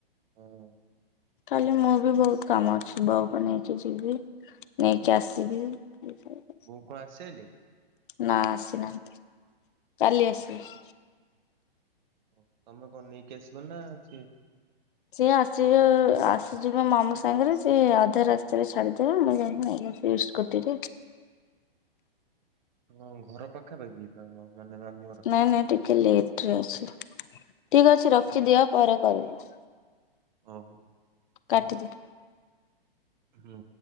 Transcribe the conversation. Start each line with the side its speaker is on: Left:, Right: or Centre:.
Right: ହଁ।
Left: କାଲି ମୋ ବି ବହୁତ କାମ ଅଛି ବଉକୁ ନେଇକି ଯିବି ନେଇକି ଆସି ସିବି <unintelligible>
Right: ବଉ କଣ ଆସିସାଇଲେ?
Left: ନା ଆସିନାହାନ୍ତି କାଲି ଆସିବେ।
Right: ଓ ତମେ କଣ ନେଇକି ଆସିବ ନା ସିଏ
Left: ସିଏ ଆସିବେ ଆସିଯିବେ ମାମୁଁ ସାଙ୍ଗରେ ସିଏ ଅଧା ରାସ୍ତାରେ ଛାଡିଦେବେ। ମୁଁ ଯାଇକି ନେଇ ଆସିବି। ଇଷ୍ଟ କଟିରେ
Right: ହଁ ଘର ପାଖାପାଖି ତମ ମାନେ ମାମୁଁ ଘର?
Left: ନାଇଁ ନାଇଁ ଟିକେ ଲେଟ ରେ ଅଛି। ଠିକ ଅଛି ରଖିଦିଅ ପରେ କରିବି।
Right: ଓହୋ।
Left: କାଟି ଦେ।
Right: ହୁଁ।